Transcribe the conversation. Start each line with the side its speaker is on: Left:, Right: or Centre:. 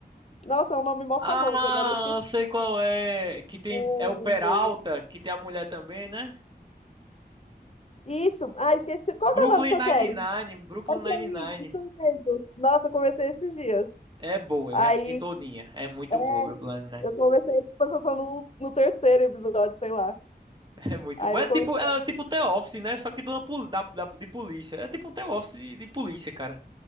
Left: Nossa, é um nome mó
Right: Ah,
Left: famoso, agora eu esqueci.
Right: sei qual é. Que tem.
Left: O-
Right: É o Peralta, que tem a mulher também, né?
Left: Isso, ah, esqueci. Qual
Right: Brooklyn
Left: que é o nome dessa
Right: Nine-Nine.
Left: série? É
Right: Brooklyn Nine-Nine.
Left: aí, isso mesmo. Nossa, eu comecei esses dias.
Right: É boa,
Left: Aí
Right: eu já assisti todinha. É muito
Left: é,
Right: boa, Brooklyn Nine-Nine.
Left: Eu comecei, tipo, eu tô no, no terceiro episódio, sei lá.
Right: <laughs> É muito
Left: Aí
Right: boa.
Left: eu
Right: É tipo,
Left: comecei.
Right: é tipo The Office, né? Só que de, uma, pol- da, da- de polícia. É tipo um The Office de polícia, cara.